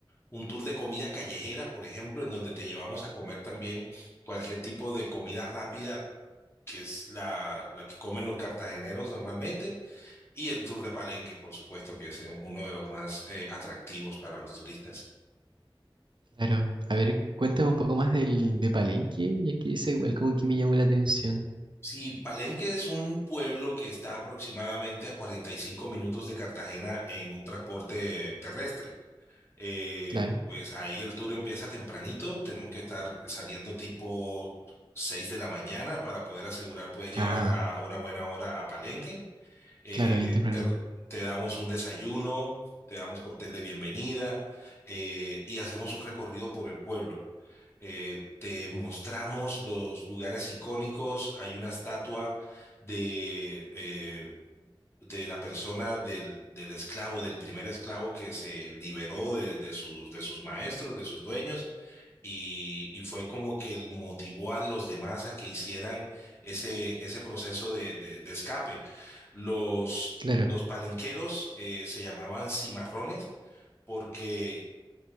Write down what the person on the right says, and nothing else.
Claro, a ver, cuéntame un poco más del de Palenque, ya que es igual como que me llamó la atención.
Claro.
Ah,
claro, bien tempranito.
Claro.